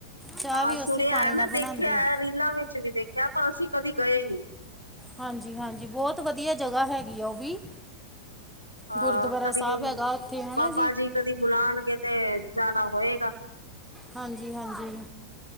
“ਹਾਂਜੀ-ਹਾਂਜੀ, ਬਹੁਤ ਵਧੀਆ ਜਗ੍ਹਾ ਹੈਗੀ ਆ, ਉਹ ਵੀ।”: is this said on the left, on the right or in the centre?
Centre